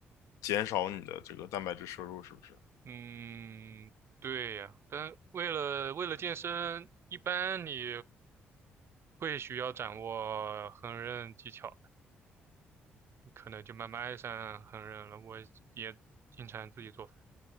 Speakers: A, on the left (about 75°); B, on the right (about 50°).
A: 减少你的这个蛋白质摄入，是不是？
B: 嗯，对呀，但为了为了健身，一般你会需要掌握烹饪技巧的，你可能就慢慢爱上烹饪了。我也经常自己做饭，